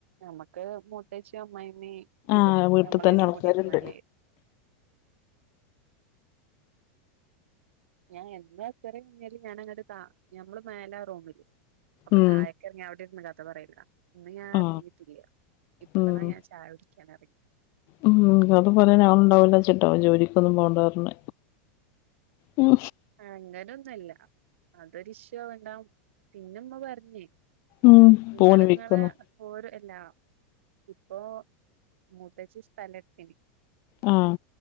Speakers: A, on the right; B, on the left.
A: നമ്മുക്ക് പ്രതേകിച്ചു അമ്മയിമ്മ
B: ആ
A: ഇത്
B: വീട്ടിൽ
A: നമ്മളെല്ലാം
B: തന്നെ ആൾക്കാരുണ്ട്
A: കൂടി ഇരുന്നാല് ഞാൻ എന്താച്ചറ കഴിഞ്ഞാല് ഞൻങ്ങട്ടട് ത ഞമ്മള് മേലാ റൂമില് അപ്പൊ
B: ഉം
A: തഴെ റങ്ങൻ അവിടെ ഇന്ന ഇല്ലാത്ത പറയില്ല ഇന്ന് ഞാൻ
B: ആ
A: ഇറിങ്ങിട്ടില്ല ഇപ്പഴാ
B: ഉം
A: ഞാൻ ചായ കുടിക്കാൻ ഇറങ്ങി.
B: ഉം കഥ പറയാൻ ആള ഉണ്ടാവില്ല ചിട്ടാവും ജോലിക്കൊന്നും പോണ്ടാ റഞ്ഞ ഉം
A: അങ്ങനൊന്നല്ല അതൊരിഷ ഉണ്ടാവും. പിന്നെമ്മ പറഞ്ഞേ
B: ഉം
A: ഇങ്ങള്
B: പോണ് വിളിക്കുന്നു
A: ഇങ്ങളെ ഓര അല്ലാ ഇപ്പോ മുതച്ച സ്ഥലത്തിന്
B: ഉം